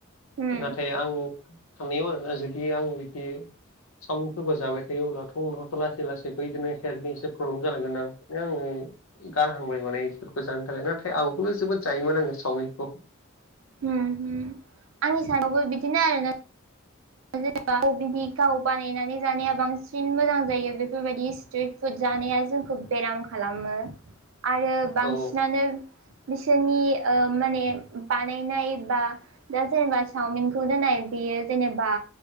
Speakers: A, on the right; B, on the left.
A: उम
B: नाथाय आं थांनायाव आरोना जुदि आङो बिब्दि सावमिवनफोरबो जाबाय थायो अब्लाथ' उनावथ' लासै लासै बिदिनो हेल्थनि एसे प्रब्लेम जालांगोन आं आङो गारहांबाय माने इफोरखौ जानो थाखाय नाथाय आगोलो जोबोद जायोमोन आङो सावमिखौ।
A: उम्म हम्म आंनि साननायावबो बिदिनो आरोना ओ जेनेबा ननि गाव बानायनानै जानाया बांसिन मोजां जायो बेफोरबायदि स्ट्रिट फुुद जानाया जोंखौ बेराम खालामो। आरो बांसिनानो
B: औ
A: बिसोरनि ओ माने बानायनाय बा दा जेनेबा चावमिनखौनो नाय बेयो जेनेब बा